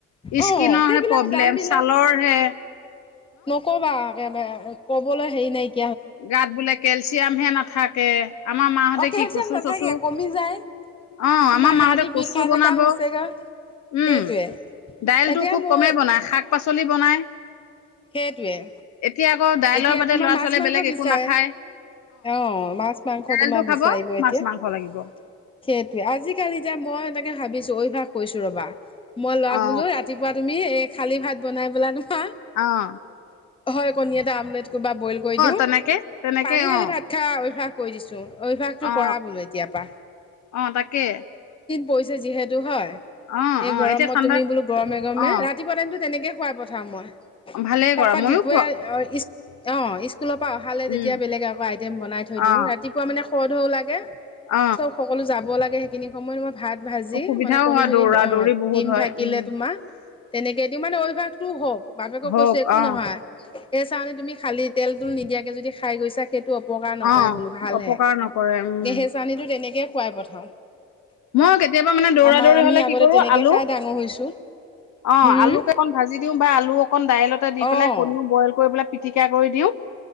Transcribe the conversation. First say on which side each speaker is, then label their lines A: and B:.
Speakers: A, on the left (about 15°); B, on the left (about 65°).
A: অ
B: স্কিনৰহে
A: সেইবিলাক
B: প্ৰব্লেম
A: দাম বিলাক
B: ছালৰহে
A: নক'বা একেবাৰে ক'বলৈ হেৰি নাই।
B: গাত বোলে কেলচিয়ামহে নাথাকে। আমাৰ মাহঁতে
A: অ কেলচিয়াম
B: কি কচু-চচু।
A: নাথাকে কমি যায়
B: অ'
A: তোমাৰ
B: আমাৰ মাহতে
A: হাৰ্দি
B: কচু
A: বিষাই
B: বনাব।
A: থকা হৈছেগৈ
B: উম,
A: সেইটোৱে
B: দাইলটো
A: এতিয়া
B: খুব
A: মোৰ
B: কমেই বনাই, শাক-পাচলি বনাই।
A: সেইটোয়ে,
B: এতিয়া আকৌ দাইলৰ
A: এতিয়া
B: বাদে
A: তোমাৰ
B: ল'ৰা
A: মাছ-মাংসৰ
B: ছোৱালীয়ে বেলেগ
A: বিচ
B: একো
A: চ
B: নাখায়
A: অ' মাছ-মাংস
B: দাইলটো
A: তোমাৰ
B: খাব
A: বিচাৰিব এতিয়া।
B: মাছ
A: সেইটোৱে
B: মাংস লাগিব
A: আজিকালি যে, মই তাকে ভাবো ভাবিছো, অভ্যাস কৈছো ৰ'বা। মই ল'ৰাক
B: অ
A: বোলো ৰাতিপুৱা তুমি এই খালী ভাত বনাই বোলা তোমাৰ।
B: অহ'।
A: হয় কণী এটা আমলেট কৰি বা বইল কৰি দিও।
B: তেনেকে তেনেকে
A: পানী ঢালি
B: অ
A: ভাত খাওঁ অভ্যাস কৈ দিছো। অভ্যাসটো
B: অ
A: কৰা বোলো এতিয়াৰ পা।
B: অ' তাকে।
A: পৰিছে যিহেতু হয়।
B: অ
A: এই
B: অ
A: গৰমত
B: এতিয়া ঠাণ্ডা
A: তুমি বোলো গৰমে-গৰমে,
B: অ
A: ৰাতিপুৱা টাইমতো তেনেকে খুৱাই পঠাম মই,
B: ভালেই
A: তাৰ
B: কৰা
A: পৰা
B: ময়ো
A: দোপৰীয়া
B: খোৱা
A: স্কুল অ' স্কুলৰ পৰা অহালে
B: উম
A: তেতিয়া বেলেগ আকৌ আইটেম বনাই থৈ দিওঁ।
B: অ
A: ৰাতিপুৱা মানে সদ-ধৰ ও লাগে।
B: অ
A: চব সকলো যাব লাগে সেইখিনি সময়ত ম ভাত ভাজি
B: অসুবিধাও
A: মানে কণী-চণীত
B: হয় দৌৰা
A: অহ'
B: দৌৰি বহুত
A: ডিম
B: হয়
A: থাকিলে
B: উম
A: তোমাৰ তেনে কেইদিন মান অভ্যাসটো হওক বাপেকক
B: হওক
A: কৈছে, একো
B: অ
A: নহয়। এই চাউনী তুমি খালি তেল তল নিদিয়াকে যদি খাই গৈছা সেইটো অপকাৰ নকৰে
B: অ
A: বোলো ভালহে
B: অপকাৰ নকৰে উম
A: এহেচানীটো তেনেকেই খুৱাই পঠাওঁ।
B: মই কেতিয়াবা মানে দৌৰা-দৌৰি
A: আমাৰ আমি
B: হ'লে, কি
A: আগতে
B: কৰো
A: তেনেকে
B: আলু
A: খাই ডাঙৰ হৈছো
B: অ'
A: হম
B: আলুকে অকন ভাজি দিও বা আলু অকন দাইলত দুটা দি পেলাই
A: অ'
B: কনীও বইল কৰি পেলাই পিটিকা কৰি দিওঁ।